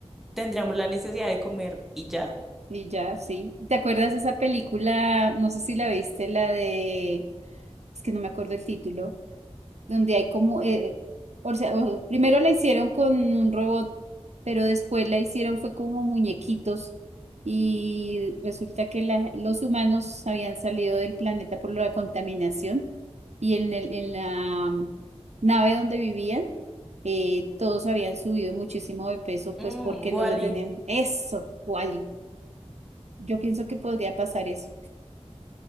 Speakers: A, in the centre; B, on the right (about 70°).
A: tendríamos la necesidad de comer y ya.
B: y ya, sí. ¿Te acuerdas de esa película? No sé si la viste, la de, es que no me acuerdo el título, donde hay como, eh, o sea, o- primero la hicieron con un robot, pero después la hicieron fue como muñequitos y resulta que la- los humanos habían salido del planeta por la contaminación y en el- en la mm, nave donde vivían, eh, todos habían subido muchísimo de peso,
A: Mm,
B: pues porque
A: Wally,
B: no se tenían. Eso, Wally. Yo pienso que podría pasar eso.